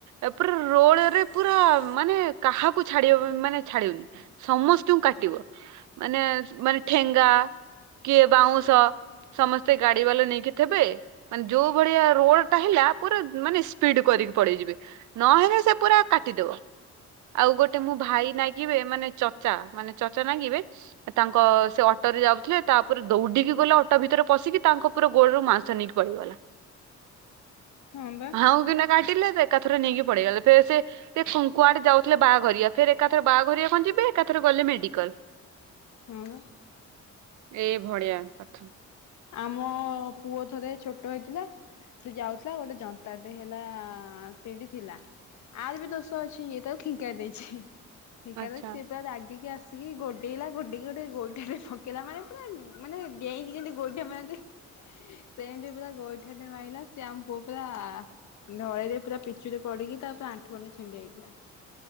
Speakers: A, on the right; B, on the left.
A: ଏ ପୁରା ରୋଡରେ ପୁରା ମାନେ କାହାକୁ ଛାଡ଼ିବ ମାନେ ଛାଡ଼ିବନି। ସମସ୍ତଙ୍କୁ କାଟିବ ମାନେ ମାନେ ଠେଙ୍ଗା କିଏ ବାଉଁଶ ସମସ୍ତେ ଗାଡ଼ି ବାଲା ନେଇକି ଥିବେ ମାନେ ଯୋଉ ଭଳିଆ ରୋଡଟା ହେଲା ପୁରା ମାନେ ସ୍ପିଡ କରିକି ପଳେଇଯିବେ। ନହେଲେ ସେ ପୁରା କାଟିଦବ ଆଉ ଗୋଟେ ମୋ ଭାଇ ନାଗିବେ ମାନେ ଚଚା। ମାନେ ଚଚା ନାଗିବେ। ତାଙ୍କ ସେ ଅଟରେ ଯାଉଥିଲେ ତାପରେ ଦୌଡିକି ଗଲା ଅଟ ଭିତରେ ପଶିକି ତାଙ୍କ ପୁରା ଗୋଡ଼ରୁ ମାଂସ ନେଇକି ପଳେଇବ।
B: ହଁ ବା।
A: ଆଉ ଦିନେ କାଟିଲେ ସେ ଏକାଥରେ ନେଇକି ପଳେଇଗଲା ଫେର୍ ସେ ସେ ଙ୍କୁ କୁଆଡ଼େ ଯାଉଥିଲେ ବାହାଘରିଆ ଫେର ଏକାଥରେ ବାହାଘରିଆ କଣ ଯିବେ ଏକାଥରେ ଗଲେ ମେଡିକାଲ।
B: ହୁଁ ବା।
A: ଏଇ ଭଳିିଆ କଥା।
B: ଆମ ପୁଅ ଥରେ ଛୋଟ ହେଇଥିଲା। ସେ ଯାଉଥିଲା ଗୋଟେ ଜନ୍ତାଟେ ହେଲା ସେଇଠି ଥିଲା। ଆର୍ ବି ଦୋଷ ଅଛି ଇଏ ତାକୁ ଖିଙ୍କାରି ଦେଇଛି ଖିଙ୍କାରି
A: ଆଚ୍ଛା
B: ଦେଇଛି ସିଏ ପୁରା ରାଗିକି ଆସି। ଆସିକି ଗୋଡେଇଲା ଗୋଡେଇକି ଗୋଟେ ଗୋଇଠାଟେ ପକେଇଲା ମାନେ ପୁରା ମାନେ ଡେଇଁକି ଯମିତି। ଗୋଇଠା ମାରିଦେଇକି ସେମତି ପୁରା ଗୋଇଠା ଟେ ମାରିଲା ସେ ଆମ ପୁଅ ପୁରା। ଢଳେଇ ରେ ପୁରା ପିଚୁରେ ପଡିକି ତାର ପୁରା ଆଣ୍ଠୁ ଗଣ୍ଠି ଛିଣ୍ଡି ଯାଇଥିଲା।